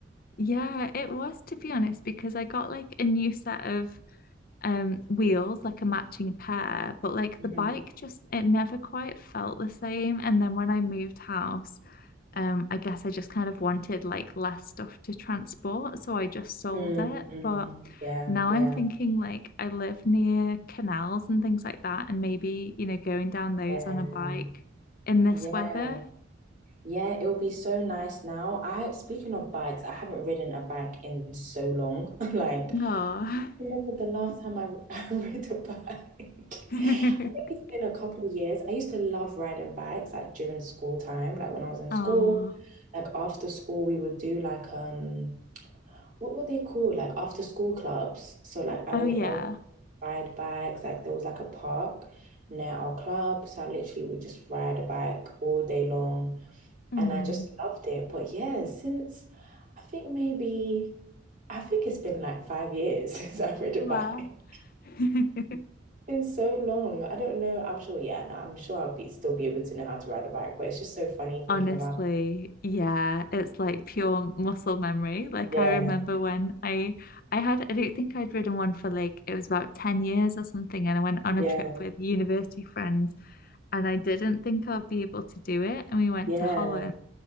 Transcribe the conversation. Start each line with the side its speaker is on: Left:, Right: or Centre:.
Left: yeah, it was to be honest, because I got like a new set of um wheels, like a matching pair, but like
Right: Mhm.
Left: the bike just it never quite felt the same. And then when I moved house, Um, I guess I just kind of wanted like less stuff to transport, so I just sold
Right: mm
Left: it.
Right: mm.
Left: But
Right: Yeah,
Left: now
Right: yeah,
Left: I'm thinking like I live near canals and things like that, and maybe, you know, going down those
Right: yeah,
Left: on a bike in this
Right: yeah,
Left: weather.
Right: yeah. It'll be so nice now. I, speaking of bikes, I haven't ridden a bike in so long. <laughs> Like,
Left: Oh.
Right: remember the last time I, <laughs> I rode a bike. <laughs>
Left: <laughs>
Right: I think it's been a couple of years. I used to love riding bikes like during school time, like when I was in
Left: Oh.
Right: school, like after school we would do like um what were they called? Like after school clubs. So like I
Left: Oh
Right: would
Left: yeah.
Right: always ride bikes. Like there was like a park near our club. So I literally would just ride a bike all day long.
Left: Hmm.
Right: And I just loved it. But yeah, since I think maybe I think it's been like five years <laughs> since I rode
Left: Wow.
Right: a bike.
Left: <laughs>
Right: been so long. I don't know. I'm sure, yeah, no, I'm sure I'll be still be able to know how to ride a bike, but it's just so funny thinking
Left: Honestly,
Right: about it.
Left: yeah, it's like pure muscle memory. Like
Right: Yeah,
Left: I remember when I I had I don't think I'd ridden one for like it was about 10 years or something and I went on a
Right: yeah,
Left: trip with university friends and I didn't think I'd be able to do it and we went
Right: yeah.
Left: to Holland.